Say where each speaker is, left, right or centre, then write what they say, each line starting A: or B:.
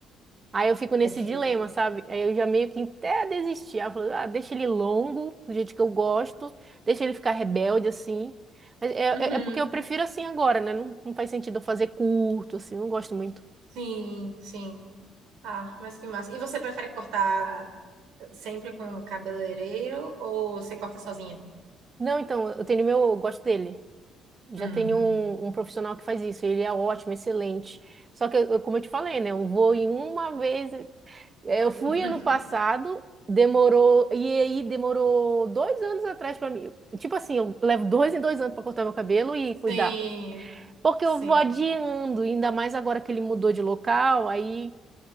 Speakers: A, on the right (about 25°); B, on the right (about 75°).
A: Aí eu fico nesse
B: É difícil.
A: dilema, sabe? Aí eu já meio que até desisti. Aí eu falo, ah, deixa ele longo, do jeito que eu gosto, deixa ele ficar rebelde assim. Mas É,
B: Uhum.
A: é, é porque eu prefiro assim agora, né? Não, não faz sentido eu fazer curto, assim, não gosto muito.
B: Sim, sim. Ah, mas que massa. E você prefere cortar sempre com cabeleireiro ou você corta sozinha?
A: Não, então, eu tenho meu, eu gosto dele. Já
B: Hum.
A: tenho um, um profissional que faz isso, ele é ótimo, excelente. Só que, eu- eu- como eu te falei, né? Eu vou em uma vez, Eu
B: <laughs>
A: fui ano passado, demorou. E aí demorou dois anos atrás pra mim. Tipo assim, eu levo dois em dois anos pra cortar meu cabelo e cuidar.
B: Sim,
A: Porque
B: sim.
A: eu vou adiando, ainda mais agora que ele mudou de local, aí